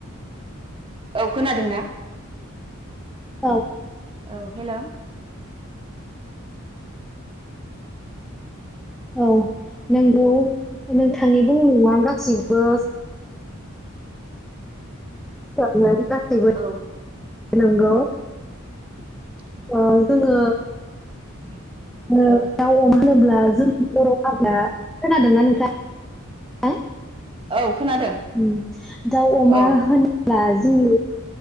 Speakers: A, on the right (about 25°); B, in the centre.
A: औ खोनादोंना।
B: औ।
A: औ हेलौ।
B: औ नोंगौ नोंथांनि बुं मुंङा गासिबो। <unintelligible> गासैबो
A: औ
B: <unintelligible> नंगौ।
A: <unintelligible>
B: ओ जोङो।
A: <unintelligible>
B: ओ
A: औ
B: दाउ अमा होनोब्ला। <unintelligible> खोनादोंना नोंथां। <unintelligible>
A: औ खोनादों
B: उम दाउ अमा
A: औ
B: होनो <unintelligible>